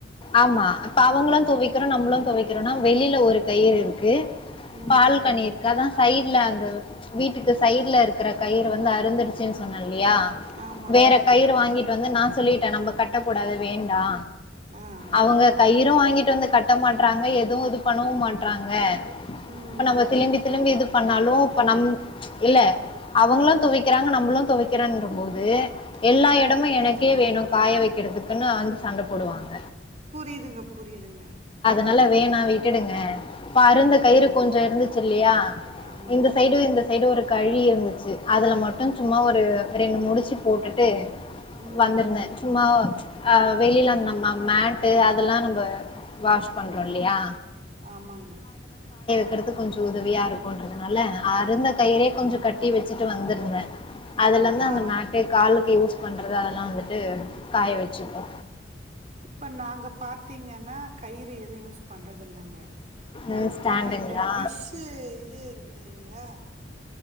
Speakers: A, on the left; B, on the right.
A: ஆமா அப்ப அவங்களு துவக்கிறோ நம்மளு துவைக்கிறோனா வெளியில ஒரு கயிறு இருக்கு
B: ம்
A: பால்கனி
B: ம்
A: இருக்காதா சைடுல அந்து வீட்டுக்கு சைடுல இருக்குற கயிறு வந்து அருந்துடுச்சுன் சொன்னே இல்லயா
B: ஆமாங்க
A: வேற கயிறு வாங்கிட்டு வந்து நா சொல்லிட்டே நம்ப கட் டக்கூடாது வேண்டா
B: ஆ
A: அவங்க
B: ஆ
A: கயிறு வாங்கிட்டு வந்து கட் ட மாட்றாங்க எதுவு இது பண்ணவு மாட்றாங்க
B: ம்
A: இப்ப நம்ம திளும்பி திளும்பி இது பண்ணாலு இப்ப நம் இல்ல அவங்களு துவக்குறாங்க நம்மளு துவக்கிறன்றபோ து எல்லா
B: ம்
A: இடமு
B: புரியுதுங்க
A: எனக்கே வேணு காய வைக்குறதுக் குன்னு வந்து சண்ட போடுவாங்க
B: புரியுதுங்க புரியுதுங்க
A: னால வேணா விட்டுடுங்க இப்ப அருந்த
B: ஆமாங்க
A: கயிறு கொஞ்சோ இருந்துச் சு இல்லயா
B: ஆமாங்க
A: இந்த சைடு இந்த சைடு ஒரு கயிறு இருந்துச்சு அதுல மட்டு சும்மா ஒரு ரெண்டு முடிச்சு சு போட்டுட்டு
B: ம்
A: வந்துருந்தே சும்மா அ வெளியில நம்ம மேட்டு அதெல்லா நம்ப வாஷ் பண்றோ இல்லயா
B: ஆமாங்க
A: க்குறது கொஞ்சோ உதவியா இருக்குன்றதுனால அருந்த கயிறே கொஞ்சோ கட்டி வெச்சுட்டு வந்துருந்தே அதுல இருந்து
B: நா
A: அந்த மே <unintelligible> யூஸ் பண்றது அதெல்லா வந்துட்டு காய வெச்சுப்போ
B: இப்ப நாங்க பாத்தீங்கன்னா கயிறு எது யூஸ் பண்றது இல்லங்க
A: ம், ஸ்டாண்டுங்களா
B: நாங்க இந்த டிஷ்ஷு இது இருக்கு இல்லைங்ளா